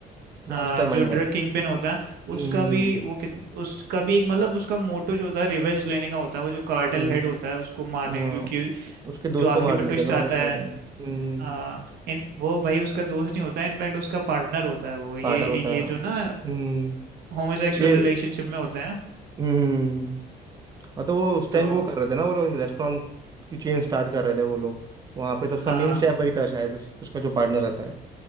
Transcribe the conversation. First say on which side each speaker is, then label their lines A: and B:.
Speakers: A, on the right; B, on the right.
A: मास्टर
B: हाँ, जो
A: माइंड
B: ड्रग
A: भाई
B: किंग पिन होता है
A: हम्म
B: उसका भी वो कित उसका भी एक मतलब उसका मोटो जो होता है रिवेंज लेने का होता है वो जो कार्टेल
A: हम्म
B: हेड होता है उसको मारने
A: हाँ,
B: का, क्योंकि
A: उसके दोस्त
B: जो आखिरी
A: को मार
B: में
A: देते
B: ट्विस्ट
A: हैं ना
B: आता
A: वो लोग स्टार्टिंग
B: है
A: में हम्म
B: आ, इन वो भाई उसका दोस्त नहीं होता है इनफैक्ट उसका पार्टनर होता है वो ये
A: पार्टनर होता
B: ये
A: है हाँ
B: जो ना
A: हम्म
B: होमोसेक्सुअल
A: ये
B: रिलेशनशिप में होते हैं
A: हम्म हाँ तो वो उस
B: तो
A: टाइम भी वो कर रहे थे ना वो लोग रेस्टोरेंट की चेन स्टार्ट कर रहे थे वो लोग वहाँ पे तो उसका
B: हाँ
A: मेन शेफ वही था शायद उस, उसका जो पार्टनर रहता है